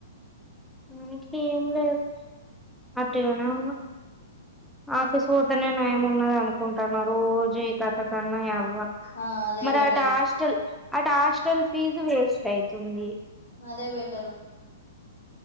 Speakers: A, in the centre; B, on the left (about 80°).
A: ఇంక ఏం లేదు అటుగానే ఉన్నా ఆఫీస్ పోతేనే నయం ఉన్నదాను కుంటానారు జై కథ కన్నా అవ్వ
B: ఆ అదే
A: మరట
B: బెటరు
A: హాస్టల్ అటు హాస్టల్ ఫీజు వేస్ట్ ఐతుంది
B: అదే బెటరు